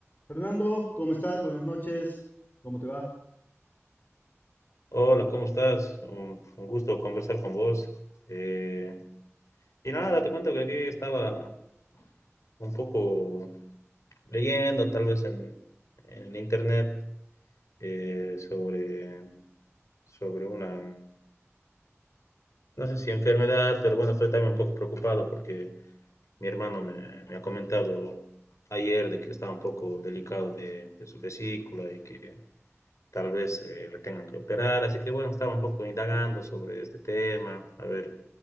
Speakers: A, on the left; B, on the left.
A: Fernando, ¿cómo estás? Buenas noches. ¿Cómo te va?
B: Hola, ¿cómo estás? Un, un gusto conversar con vos. Eh, y nada, te cuento que aquí estaba un poco leyendo, tal vez en, en internet, eh, sobre, sobre una, no sé si enfermedad, pero bueno, estoy también un poco preocupado porque mi hermano me, me ha comentado ayer de que estaba un poco delicado de, de su vesícula y que tal vez eh, le tengan que operar. Así que bueno, estaba un poco indagando sobre este tema, a ver.